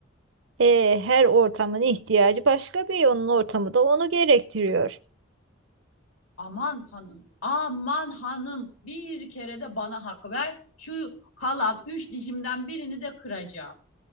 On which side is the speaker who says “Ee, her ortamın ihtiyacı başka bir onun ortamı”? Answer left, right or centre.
Right